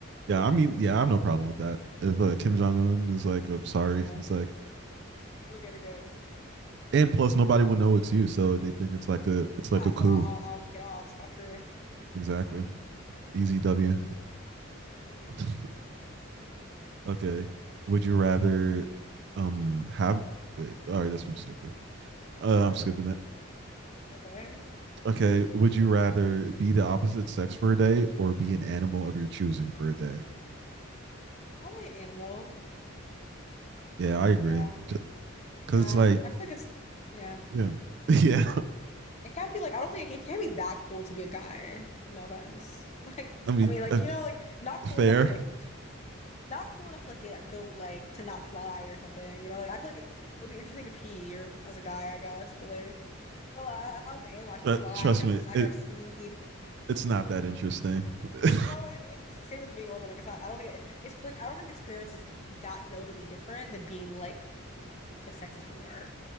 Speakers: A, on the right; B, on the left.
A: yeah. I mean, yeah, I have no problem with that. If uh, Kim Jong Un is like, "I'm sorry,"
B: Yeah,
A: it's
B: exactly.
A: like,
B: For the greater good.
A: And plus, nobody will know it's you, so they think it's like a it's
B: Yeah,
A: like a
B: so
A: coup.
B: I'll I'll I'll get off scot-free.
A: Exactly. Easy W.
B: Yeah.
A: <laughs>
B: Okay. Your turn.
A: okay. Would you rather um have wait? All right, this one's stupid. Uh, I'm skipping it.
B: Okay.
A: Okay. Would you rather be the opposite sex for a day or be an animal of your choosing for a day?
B: Probably an animal.
A: Yeah, I agree.
B: Yeah. Yeah.
A: Because it's like,
B: I feel like it's yeah.
A: yeah, <laughs> yeah.
B: It can't be like I don't think it, it can't be that cool to be a guy. Like no offense. <laughs> Like
A: I mean,
B: I mean like
A: uh,
B: you know like not cool
A: fair.
B: enough to like not cool enough to like get go like to not fly or something. You know like I feel like it's, it would be interesting to pee or as a guy I guess, but like you know I, if I was an animal I could
A: Tr-
B: fly
A: Trust
B: I could have
A: me,
B: I
A: it,
B: could have speed.
A: it's not that interesting. <laughs> it,
B: You know what I mean? It's the Same with being a woman. Like it's not, I don't think it, it's like I don't think the experience is that notably different than being like the the sex that you are,